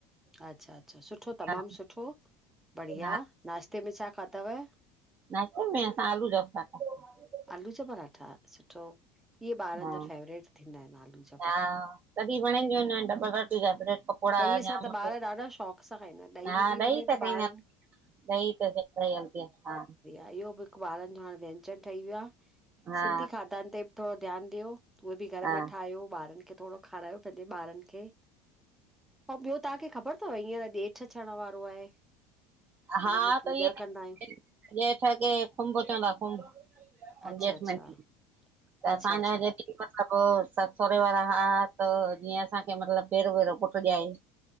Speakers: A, in the centre; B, on the right.
A: अच्छा अच्छा, सुठो तमामु
B: हा
A: सुठो, बढ़िया,
B: हा
A: नाश्ते में छा खादव?
B: नास्ते में असां आलू जा पंराठा खादा।
A: आलू जा पंराठा! सुठो, इहे ॿारन
B: हा
A: जा फेवरेट थींदा आहिन आलू जा पंराठा।
B: हा, तॾहिं वणदिंयुं न आइन, डबल रोटी जा ब्रेल पकोङा पकोड़ा,
A: ॾहीअ सां
B: जाम
A: त
B: मतिलबु
A: ॿार ॾाढा शौक़ सां खाईंदा आहिनि
B: हा
A: मिली वञे
B: ॾही त खांईंदा
A: ॿारनि
B: ॾइ त सब सां ई हलती आ, हा।
A: त इहो बि हिकु ॿारनि जो हाणे व्यंजन ठही वियो आ,
B: हा
A: सिंधी खाधनि ते बि थोङो ध्यानु ॾियो। उहे बि घर
B: हा
A: में ठायो, ॿारनि खे थोङो खारायो पंहिंजे ॿारनि खे। अंउ ॿियों तांखे ख़बर थव हींअर ॼेठि अचण वारो आहे?
B: हा
A: हुनमें पूॼा
B: त इ
A: कंदा आहियूं
B: हे ॼेठ खे खुंभ चवंदा खुंभ।
A: अच्छा
B: जेठ
A: अच्छा
B: में त
A: अच्छा
B: असांजा
A: अच्छा
B: जे जी मतिलबु ससु सओरे वारा हा, त जीअं असांखे मतिलबु पेरों भेरो पुटु ॾाए <inaudible>